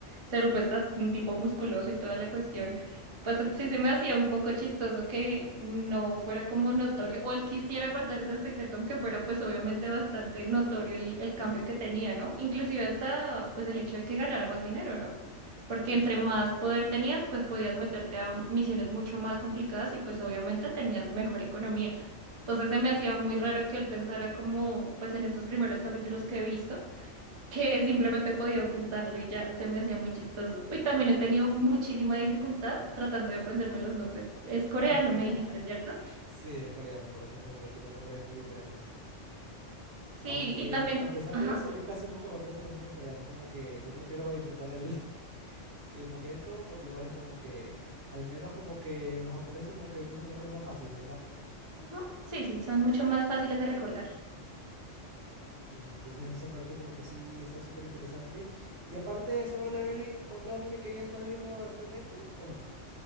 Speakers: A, on the right (about 35°); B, on the right (about 70°).
A: se vuelve hasta un tipo musculoso y toda la cuestión. Pues sí se me hacía un poco chistoso que no fuera como notorio, o él quisiera guardar ese secreto, aunque fuera pues obviamente bastante notorio el, el cambio que tenía, ¿no? Inclusive hasta pues el hecho de que ganara más dinero, ¿no? porque entre
B: Exacto.
A: más poder tenías, pues podías meterte a misiones mucho más complicadas y pues obviamente tenías mejor economía. Entonces se me hacía muy raro que él pensara como, pues en estos primeros capítulos que he visto, que <laughs> simplemente podía ocultarlo y ya, se me hacía muy chistoso. Y también he tenido muchísima dificultad tratando de aprenderme los nombres. Es coreano,
B: <laughs>
A: me dijiste, ¿cierto?
B: Sí, es coreano, por eso es como que tiene nombres muy diferentes.
A: Sí,
B: Aunque
A: y también,
B: a pesar
A: ajá,
B: de eso, yo casi nunca me aprendo los nombres coreanos. Como que yo prefiero disfrutar el, <laughs> el momento porque igual es como que, al menos como que los japoneses como que usan nombres más fáciles, ¿verdad?
A: ujú, Sí, sí, son mucho más fáciles de recordar.
B: Ujú, Entonces esa parte como que sí está súper interesante. Y aparte de Solo Leveling, ¿otro anime que ya estás viendo actualmente o no?